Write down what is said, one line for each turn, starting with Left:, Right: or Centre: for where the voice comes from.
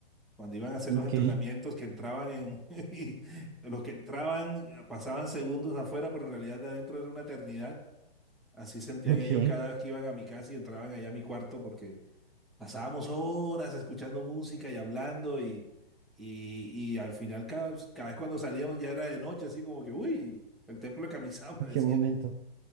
Centre: cuando iban a hacer los
Right: Ok,
Centre: entrenamientos que entraban en, <laughs> y los que entraban eh, pasaban segundos afuera, pero en realidad de adentro era una eternidad. Así sentían
Right: <laughs> ok,
Centre: ellos cada vez que iban a mi casa y entraban allá a mi cuarto porque pasábamos horas escuchando música y hablando y, y, y al final cada, cada vez cuando salíamos ya era de noche, así como que, uy, el templo de Kamisama,
Right: ¿en
Centre: <laughs> decía.
Right: qué momento?